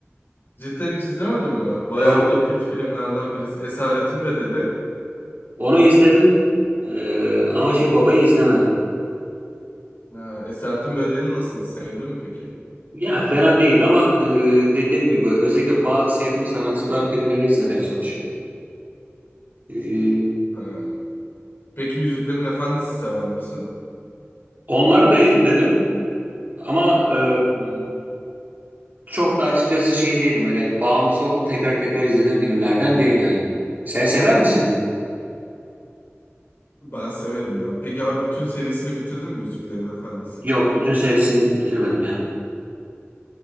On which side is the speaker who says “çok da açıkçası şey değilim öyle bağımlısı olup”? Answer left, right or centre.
Right